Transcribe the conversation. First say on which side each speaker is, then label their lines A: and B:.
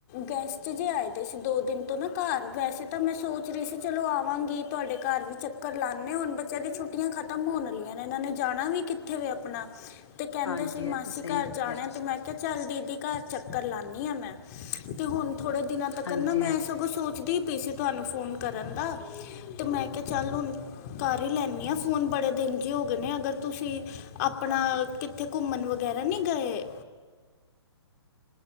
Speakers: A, on the left (about 35°); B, on the left (about 75°).
A: ਗੈਸਟ ਚ ਜੇਹੇ ਆਏ ਤੇ ਸੀ ਦੋ। ਦਿਨ ਤੋਂ ਨਾ ਘਰ ਵੈਸੇ ਤਾਂ ਮੈਂ ਸੋਚ ਰਹੀ ਸੀ, ਚਲੋ ਆਵਾਂਗੀ ਤੁਹਾਡੇ ਘਰ ਵੀ ਚੱਕਰ ਲਾਉਂਦੇ, ਹੁਣ ਬੱਚਿਆਂ ਦੀ ਛੁ। ਛੁੱਟੀਆਂ ਖਤਮ ਹੋਣੀਆਂ ਨੇ ਇਹਨਾਂ ਨੇ ਜਾਣਾ ਵੀ ਕਿੱਥੇ ਵ ਆਪਣਾ। ਤੇ ਕਹਿੰਦੇ
B: ਹਾਂਜੀ
A: ਸੀ ਮਾਸੀ
B: ਇਹ ਤਾਂ ਸਹੀ
A: ਘਰ
B: ਕਿਹਾ
A: ਜਾਣਾ
B: ਤੁਸੀਂ।
A: ਤੇ ਮੈਂ। ਚੱਲ ਦੀਦੀ ਘਰ ਚੱਕਰ ਲਾਦੀ ਹਾਂ, ਮੈਂ ਤੇ ਹੁਣ ਥੋੜੇ ਦਿਨਾਂ ਤੱਕ
B: ਹਾਂਜੀ
A: ਨਾ ਮੈਂ।
B: ਹਾਂਜੀ,
A: ਸਗੋਂ ਸੋਚਦੀ ਪਈ ਸੀ, ਤੁਹਾਨੂੰ ਫੋਨ ਕਰਨ ਦਾ। ਤੇ ਮੈਂ ਕਿਹਾ ਚੱਲ ਹੁਣ ਕਰ ਹੀ ਲੈਣੀ ਆ, ਫੋਨ ਬੜੇ ਦਿਨ ਜ ਹੋ ਗਏ ਨੇ ਅਗਰ ਤੁਸੀਂ। ਆਪਣਾ
B: ਹਾਂਜੀ।
A: ਕਿੱਥੇ ਘੁੰਮਣ ਵਗੈਰਾ ਨਹੀਂ ਗਏ।